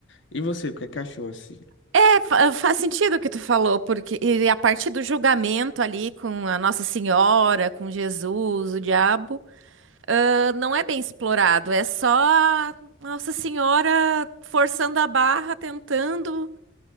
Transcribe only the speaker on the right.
É, fa- faz sentido o que tu falou, porque e a parte do julgamento ali com a Nossa Senhora, com Jesus, o diabo, ah, não é bem explorado. É só a Nossa Senhora forçando a barra, tentando